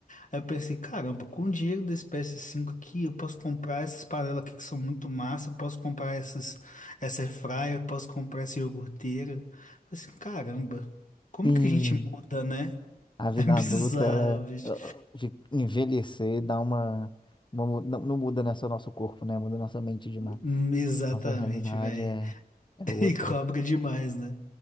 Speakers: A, on the left; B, on the left.
A: aí eu pensei, caramba, com o dinheiro desse PS5 aqui, eu posso comprar essas panelas aqui que são muito massa, eu posso comprar essas, essa air fryer, eu posso comprar essa iogurteira. Eu Pensei, caramba, como
B: Sim.
A: que a gente muda, né? <laughs>
B: A vida
A: É bizarro,
B: adulta, ela é-
A: bicho.
B: de envelhecer dá uma, uma mu- não, não muda né, só nosso corpo, né? Muda nossa mente demais.
A: Hum, Exatamente,
B: Nossa realidade
A: velho.
B: é, é
A: <laughs>
B: outra.
A: E cobra demais, né?